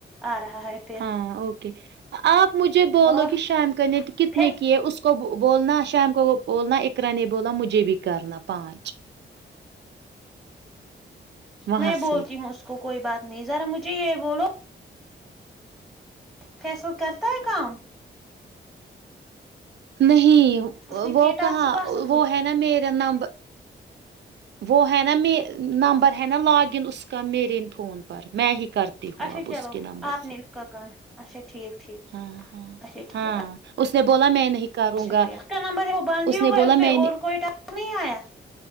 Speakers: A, in the centre; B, on the right (about 65°).
A: آ رہا ہے پھر
B: ہاں اوکے آپ مجھے بولو
A: اور
B: کہ شام کانے کتنے
A: پھر
B: کی ہے اس کو بولنا شام کو بولنا اکرا نے بولا مجھے بھی کرنا پانچ وہاں
A: میں
B: سے
A: بولتی ہوں اس کو <unintelligible> کو کوئی بات نہیں ذرا مجھے یہ بولو فیس بک کرتا ہے کام
B: نہیں
A: اس نے
B: وہ
A: کیے ٹاسک
B: کہاں
A: واسک
B: وہ
A: کچھ
B: ہے نا میرا نمبر وہ ہے نا م نمبر ہے نا لاگ ان ا اس کا میرین فون پر میں ہی کرتی ہوں
A: اچھا
B: اب
A: چلو
B: اس کے نمبر
A: آپ نے
B: سے
A: اس کا کام اچھا ٹھیک ٹھیک
B: ہاں ہاں
A: اچھا
B: ہاں
A: ٹھیک
B: اس نے بولا میں نہیں کروں
A: اچھا
B: گا
A: نمبر وہ بند ہی ہوا
B: نے
A: ہے
B: بولا
A: اس پہ
B: میں نے
A: اور کوئٹ ک آیا